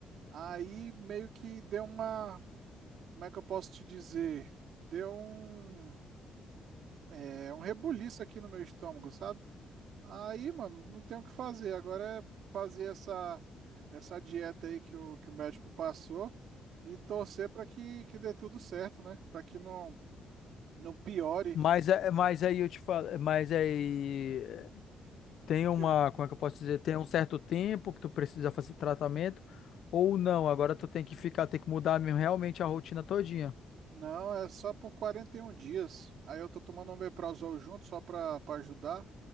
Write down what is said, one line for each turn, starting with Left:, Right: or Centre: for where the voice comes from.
Right: Aí meio que deu uma. Como é que eu posso te dizer? Deu um. É um rebuliço aqui no meu estômago, sabe? Aí, mano, não tem o que fazer. Agora é fazer essa, essa dieta aí que o, que o médico passou e torcer para que, que dê tudo certo, né? Para que não, não piore.
Left: Mas, é- mas aí eu te falo, mas aí é, tem uma,
Right: Que...
Left: como é que eu posso dizer? Tem um certo tempo que tu precisa fazer tratamento ou não. Agora tu tem que ficar, tem que mudar mesmo realmente a rotina todinha.
Right: Não, é só por 41 dias. Aí eu tô tomando omeprazol junto só para ajudar.